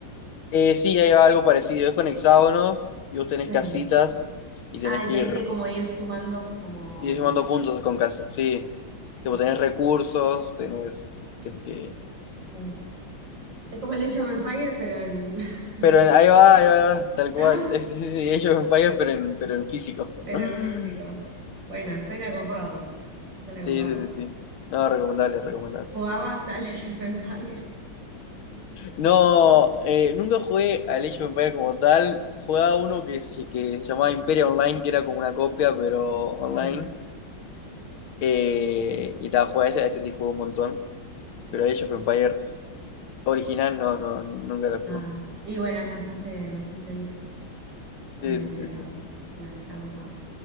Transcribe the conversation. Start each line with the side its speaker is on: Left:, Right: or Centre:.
Left: Eh, sí, hay algo parecido. Es con hexágonos y vos tenés
Right: Sí.
Left: casitas y
Right: Ah,
Left: tenés
Right: y
Left: que
Right: tenés
Left: ir,
Right: que como ir sumando como.
Left: ir sumando puntos con casitas. Sí,
Right: Sí,
Left: tipo, tenés recursos, tenés que... que-
Right: sí. Es como el Age of Empire, pero en. <laughs>
Left: Pero en- ahí va, ahí va, ahí va, tal
Right: ¿No?
Left: cual. <laughs> Sí, sí, sí, Age of Empires, pero en, pero en físico.
Right: Pero
Left: <laughs>
Right: en físico. Bueno, suena copado. Suena
Left: Sí,
Right: copado.
Left: sí, sí, sí. No, recomendable, recomendable.
Right: Jugabas al Age of Empires.
Left: No, eh, nunca jugué al Age of Empires como tal. Jugaba uno que se, que se llamaba Imperia Online, que era como una copia, pero online.
Right: Mm,
Left: Eh, y estaba jugando ese, ese sí jugué un montón. Pero Age of Empires original no, no, nunca lo
Right: Ah,
Left: jugué.
Right: y bueno, es bastante, bastante viejo,
Left: Sí,
Right: eh,
Left: sí, sí,
Right: pero
Left: sí.
Right: bueno, está copado.